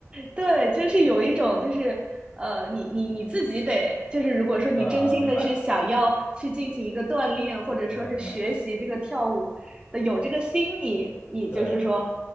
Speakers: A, on the right; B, on the left.
A: 对，就是有一种，就是呃，你你你自己得，就是如果说你真心的是想要去进行一个锻炼，
B: 嗯，明白
A: 或者说是学习这个跳舞的，
B: 明白明白，
A: 有这个心，你你就是说，
B: 对，